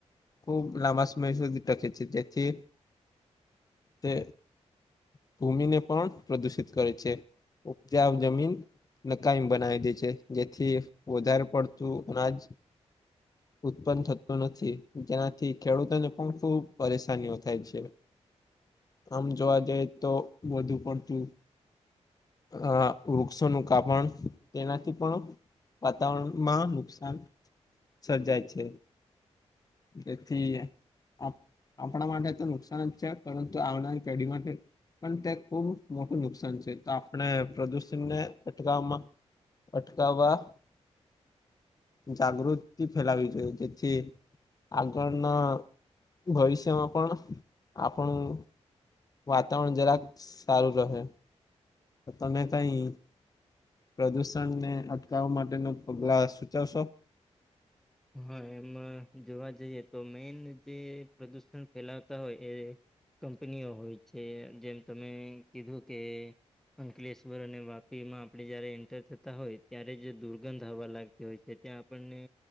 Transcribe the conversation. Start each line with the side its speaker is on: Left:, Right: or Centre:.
Left: ખૂબ લાંબા સમય સુધી ટકે છે જેથી તે ભૂમિને પણ પ્રદુષિત કરે છે. ઉપજાવ જમીન નકામી બનાવી દે છે જેથી વધારે પડતું અનાજ ઉત્પન્ન થતું નથી જેનાથી ખેડૂતોને પણ ખુબ પરેશાનીઓ થાય છે. આમ જોવા જઈ તો વધુ પડતી અ વૃક્ષોનું કાપણ એનાથી પણ વાતાવરણમાં નુકસાન સર્જાય છે. જેથી આપણા માટે તો નુકસાન જ છે. પરંતુ આવનારી પેઢી માટે પણ તે ખુબ મોટું નુકસાન છે તો આપણે પ્રદુષણને અટકાવવામાં અટકાવવા જાગૃતિ ફેલાવી જોઈએ જેથી આગળના ભવિષ્યમાં પણ પણ વાતાવરણ જરાક સારું રહે. તમે કઈ પ્રદૂષણને અટકાવવા માટે ના પગલા સૂચવશો.
Centre: હા એમાટે જોવા જઈએ તો મેઈન જે પ્રદુષણ ફેલાવતા હોય એ કંપનીઓ હોય છે જેમ તમે કીધું કે અંકલેશ્વર અને વાપીમાં આપણે જયારે એન્ટર થતા હોય ત્યારે જ દુર્ગંધ હવા લાગ તી હોય છે ત્યાં આપણને